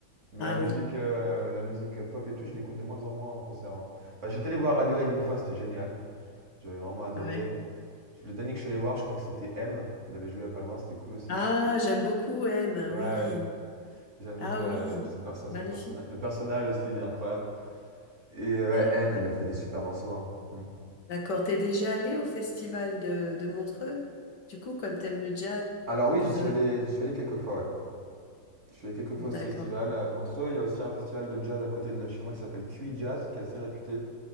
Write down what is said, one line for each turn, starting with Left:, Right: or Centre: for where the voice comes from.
Right: mais
Left: Ah
Right: la musique,
Left: oui.
Right: euh, la musique pop et tout, je l'écoute de moins en moins en concert. hein. Bah, j'étais allé voir Radiohead une fois, c'était génial. J'avais vraiment adoré.
Left: ouais.
Right: Le dernier que je suis allé voir, je crois que c'était M. Il avait joué à pas loin, c'était cool aussi.
Left: Ah, j'aime beaucoup M,
Right: Ouais.
Left: oui.
Right: J'aime
Left: Ah
Right: beaucoup la,
Left: oui,
Right: ce perso-
Left: magnifique.
Right: cette personnage. Le personnage aussi, il est incroyable. Et euh, ouais,
Left: Ah,
Right: M, il a fait des super morceaux. hein. Mm.
Left: d'accord. T'es déjà allé au festival de, de Montreux? Du coup, comme t'aimes le jazz,
Right: Alors oui, j'y
Left: euh,
Right: suis allé, j'y suis allé quelques fois, ouais. Je suis allé quelques fois
Left: d'accord.
Right: à ce festival. À Montreux, il y a aussi un festival de jazz à côté de là, chez moi qui s'appelle QI Jazz, qui est assez réputé.